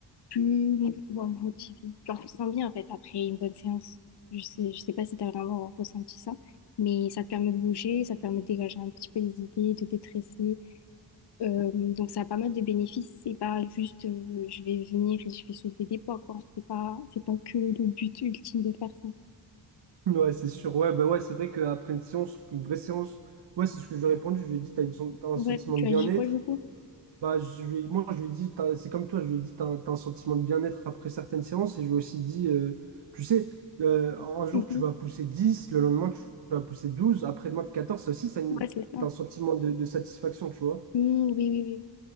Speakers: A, on the left; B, on the right.
A: plus bon, motivé. Genre, tu te sens bien en fait après une bonne séance. Je sais, je sais pas si t'as vraiment ressenti ça, mais ça te permet de bouger, ça te permet de dégager un petit peu les idées, de détresser. Euh, donc, ça a pas mal de bénéfices. C'est pas juste euh, je vais venir et je vais soulever des poids, quoi. C'est pas, c'est pas que le but ultime de faire ça.
B: Ouais, c'est sûr. Ouais, bah ouais, c'est vrai qu'après une séance, une vraie séance, ouais c'est ce que je lui ai répondu. Je lui ai dit, t'as une sen- t'as un
A: Ouais,
B: sentiment
A: tu
B: de bien-être.
A: as dit quoi du coup?
B: Bah, je lui ai- moi, je lui ai dit, t'as- c'est comme toi, je lui ai dit, t'as un, t'as un sentiment de bien-être après certaines séances. Et je lui ai aussi dit, euh, tu sais, euh, un jour,
A: Mhm.
B: tu vas pousser 10 le lendemain, tu vas pousser 12 après-demain, 14. Ça aussi, ça, une-
A: Ouais, c'est ça.
B: t'as un sentiment de, de satisfaction, tu vois.
A: Mm, oui, oui, oui.